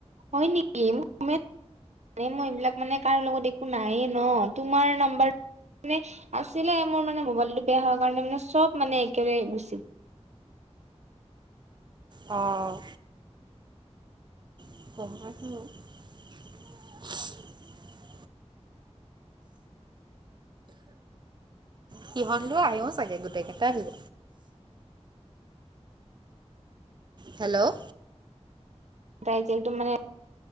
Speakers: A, on the right; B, on the right.
A: হয় নেকি? মানে মই এইবিলাক মানে কাৰো লগত একো নাইেই ন তোমাৰ নাম্বাৰ- মানে আছিলে মোৰ মানে মোবাইলটো বেয়া হোৱাৰ কাৰণে মানে সব মানে একোৰে গুচি।
B: অ', ক সিহঁতলৈও আহিও চাগে গোটেই কেইটা আহিব হেল্ল'
A: তাই যে একদম মানে